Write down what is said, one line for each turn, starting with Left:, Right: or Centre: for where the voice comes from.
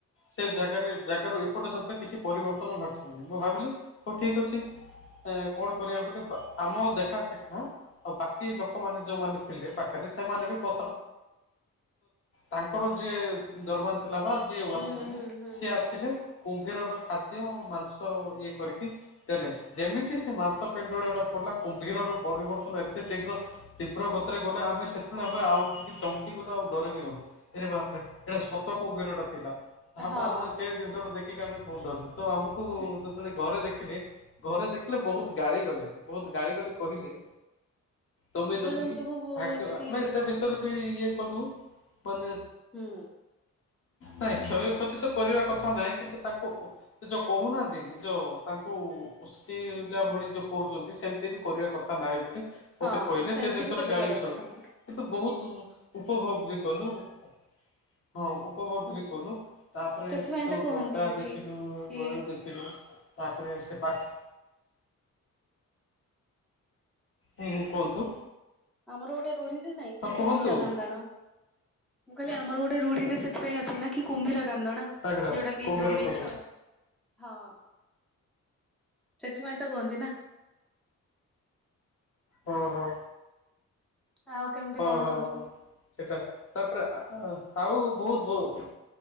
Left: ସେ ଜାଗାରେ ଜାଗାରୁ ଏପଟେ ସେପଟ କିଛି ପରିବର୍ତ୍ତନ ଘଟୁନି ମୁଁ ଭାବିଲି ହଉ ଠିକ ଅଛି। କଣ କରିବା ବୋଲି ଆମ ଦେଖା ଶେଖା ଆଉ ବାକି ଲୋକମାନେ ଯୋଉମାନେ ଥିଲେ ପାଖରେ ସେମାନେ ବି <inaudible> ତାଙ୍କର ଯିଏ ଦରବାନ ଥିଲା ବା ଯିଏ ୱାଚମ୍ମନ୍
Centre: ହୁଁ ହୁଁ ହୁଁ
Left: ସିଏ ଆସିଲେ। କୁମ୍ଭୀର ର ଖାଦ୍ୟ ମାଂସ ଇଏ କରିକି ଦେଲେ ଯେମିତି ସେ ମାଂସ ପିଣ୍ଡୁଳୁଡା ପଡିଲା କୁମ୍ଭୀର ର ପରିବର୍ତ୍ତନ ଏତେ ଶୀଘ୍ର ତୀବ୍ର ଗତୀରେ ଗଲା, ଆମେ ସେତବ ମେ ଆଉ ଟିକେ ଚମକି ଗଲୁ ଆଉ ଡରକି ଗଲୁ ଏ ବାପରେ, ଏଇଟା ଶତ କୁମ୍ଭୀରଟା ଥିଲା। ତାପରେ
Centre: ହଁ
Left: ଆମେ ସେ ଜିନିଷ ଟା ଦେଖିକି ଆମେ ବହୁତ ଡରୁଛୁ, ତ ଆମକୁ ଯେତେବେଳେ ଘରେ ଦେଖିଲେ। ଘରେ ଦେଖିଲେ ବହୁତ ଗାଳି ଗଲେ ବହୁତ ଗାଳି ଗଲେ କହିଲେ। ତମେ
Centre: ଜୀବଜନ୍ତୁକୁ
Left: ଯଦି
Centre: ବୁ-
Left: ଭାଗ୍ୟ
Centre: ଏମିତି
Left: ଆମେ ସେ ବିଷୟରେ ବି ଇଏ କଲୁ ମାନେ
Centre: ହୁଁ
Left: ନାଇଁ କ୍ଷୟ କତି ତ କରିବା କଥା ନାହିଁ କିନ୍ତୁ ତାଙ୍କୁ ଯୋଉ କହୁନାହାନ୍ତି। ଯୋଉ ତାଙ୍କୁ ଉସ୍କିଏଇ ପିଲା ଭଳି ଯୋଉ କରୁଛନ୍ତି ସେମିତି ବି କରିବା କଥା ନାହିଁ ବୋଲି
Centre: ହଁ
Left: ମତେ କହିଲେ
Centre: ସେମିତି
Left: ସେ ଜିନିଷରେ
Centre: କେବେ
Left: ଗାଳି
Centre: କରିବା
Left: ବି ଶୁଣିଲି।
Centre: କଥା ନୁହଁ
Left: କିନ୍ତୁ ବହୁତ ଉପଭୋଗ ବି କଲୁ ହଁ ଉପଭୋଗ
Centre: ହୁଁ
Left: ବି କଲୁ। ତାପରେ
Centre: ସେଥିପାଇଁ
Left: ସେଠୁ
Centre: ତ କୁହନ୍ତି
Left: ଗଣ୍ଡା
Centre: ଯେ
Left: ଦେଖିଲୁ
Centre: କି
Left: ଗୈଳ ଦେଖିଲୁ ତାପରେ ସେ ପାଖ ହୁଁ ହୁଁ କୁହନ୍ତୁ।
Centre: ଆମର ଗୋଟେ ରୁଢିଟେ ନାଇଁ କି
Left: ହଁ
Centre: କୁମ୍ଭୀରା
Left: କୁହନ୍ତୁ
Centre: କାନ୍ଦଣା। ମୁଁ କହିଲି ଆମର ଗୋଟେ ରଢିଟେ ସେଥିପାଇଁ ଅଛିନା କି କୁମ୍ଭିର କାନ୍ଦଣା।
Left: ଆଗ୍ରା
Centre: ଯୋଉଟା କି
Left: କୁମ୍ଭୀର
Centre: ଯୋଉ ମିିଛ
Left: ଖୋଦ
Centre: ହଁ। ସେଥିପାଇଁ ତ କୁହନ୍ତିନା।
Left: ହୁଁ ହୁଁ।
Centre: ଆଉ। କେମିତି
Left: ହଁ
Centre: କଣ
Left: ହଁ
Centre: ସବୁ
Left: ହଁ ସେଟା ତାପରେ ଆ ଆଉ ବହୁତ ବହୁତ